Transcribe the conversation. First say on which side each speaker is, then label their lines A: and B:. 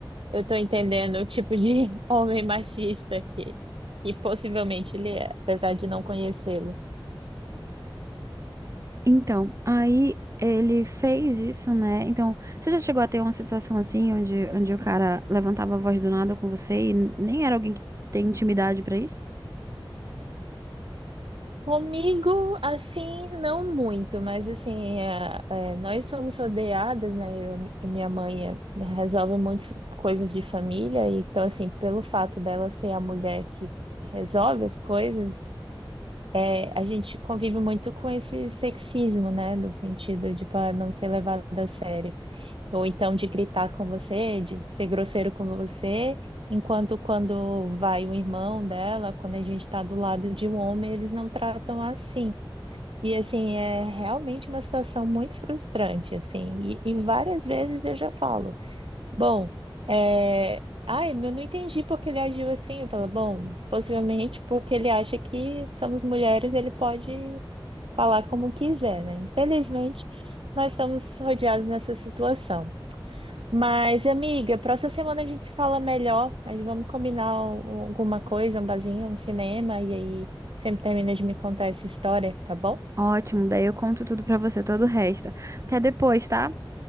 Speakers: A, on the right; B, on the right.
A: eu tô entendendo o tipo de <laughs> homem machista que, que possivelmente ele é, apesar de não conhecê-lo.
B: Então, aí ele fez isso, né? Então, você já chegou a ter uma situação assim, onde, onde o cara levantava a voz do nada com você e nem era alguém que tem intimidade pra isso?
A: Comigo, assim, não muito, mas assim, é- é, nós somos rodeadas, né? Eu- minha mãe é- resolve muitas coisas de família, então, assim, pelo fato dela ser a mulher que resolve as coisas, é, a gente convive muito com esse sexismo, né? No sentido de para não ser levado a sério, ou então de gritar com você, de ser grosseiro com você. Enquanto quando vai o irmão dela, quando a gente está do lado de um homem, eles não tratam assim. E assim, é realmente uma situação muito frustrante, assim, e, e várias vezes eu já falo, bom, é... ai, eu não entendi porque ele agiu assim, eu falo, bom, possivelmente porque ele acha que somos mulheres, ele pode falar como quiser, né? Infelizmente, nós estamos rodeados nessa situação. Mas, amiga, próxima semana a gente se fala melhor, aí vamos combinar um- alguma coisa, um barzinho, um cinema, e aí sempre termina de me contar essa história, tá bom?
B: Ótimo, daí eu conto tudo pra você, todo o resto. Até depois, tá?